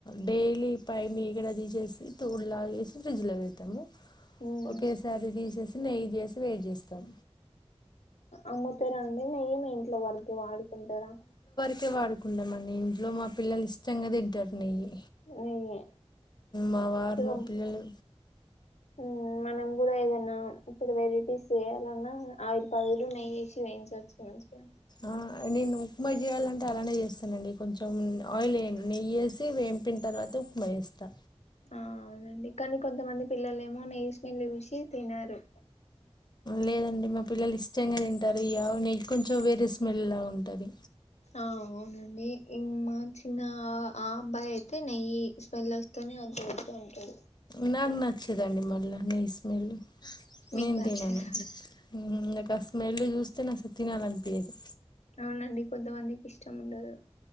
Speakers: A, on the left; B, on the left.
A: డైలీ పై మీగడ తీసేసి తోళ్లా ఏసి ఫ్రిజ్ లో పెడ్తాము
B: ఉమ్,
A: ఓకే సారి తీసేస్ నెయ్యి చేసి వేడి చేస్తాం
B: అమ్ముతారా అండి నెయ్యిని ఇంట్లో వరకి వాడు తుంటారా
A: కే వాడుకుంటామండి ఇంట్లో మా పిల్లలు ఇష్టంగా తింటారు నెయ్యి
B: నెయ్యి
A: మా వారు
B: ఇగ
A: పిల్లలు
B: మ్మ్ మనం కూడా ఏదైనా ఇప్పుడు వెరైటీస్ చెయ్యాలన్నా ఆయిల్ బదులు నెయ్యేసి వేయించచ్చు మంచిగా
A: ఆ నేను ఉప్మా చేయాలంటే అలానే చేస్తానండి కొంచెం ఆయిల్ ఎయ్యను నెయ్యేసి వేంపిన తర్వాత ఉప్మా చేస్తా
B: ఆ అవునండి కానీ కొంతమంది పిల్లలేమో నెయ్యిస్ పెన్లుగూషి తినరు
A: లేదండి మా పిల్లలు ఇష్టంగా తింటారు ఈ ఆవు నెయ్యి కొంచెం వేరే స్మెల్ లా ఉంటది
B: అవునండి ఇ మా చిన ఆ అబ్బాయి అతే నెయ్యి స్మెల్ వస్తానే వద్దు వదు అంటాడు
A: నాగ నచ్చిదండి మళ్ళా స్మెల్
B: మీకు
A: నేను
B: నచ్చదు
A: తినను ఊహూ నాకు ఆ స్మెల్ చూస్ సే నస తినాలన్పియ్యదు
B: అవునండి కొంతమందికి ఇష్టం ఉండదు